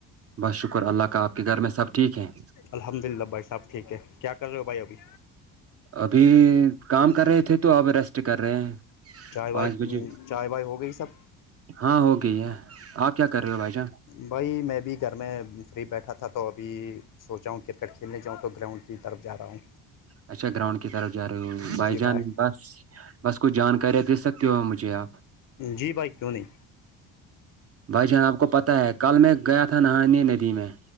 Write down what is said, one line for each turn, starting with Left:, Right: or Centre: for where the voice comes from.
Right: بس شکر اللہ کا آپ کے گھر میں سب ٹھیک ہیں
Left: الحمد للہ بھائی صاح ٹھیک ہے کیا کر رہے ہو بھائی ابھی
Right: ابھی کام کر رہے تھے تو اپ ریسٹ کر رہے ہیں
Left: چائے
Right: پانچ
Left: وائے
Right: بجے
Left: چائے وائے ہو گئی سب
Right: ہاں ہو گئی ہے آپ کیا کر رہے ہو بھائی جان
Left: بھائی میں بھی گھر میں فری بیٹھا تھا تو ابھی سوچا ہوں کرکٹ کھیلنے جاں تو گراؤنڈ کی طرف جا رہا ہوں
Right: اچھا گراؤنڈ کی طرف جا رہے ہو بائی
Left: جی
Right: جان
Left: بھائی
Right: بس بس کچھ جانکاریاں دے سکتی ہو مجھے آپ
Left: جی بھائی کیوں نہیں
Right: بھائی جان آپ کو پتاہ ہے کل میں گیا تھا نہانے ندی میں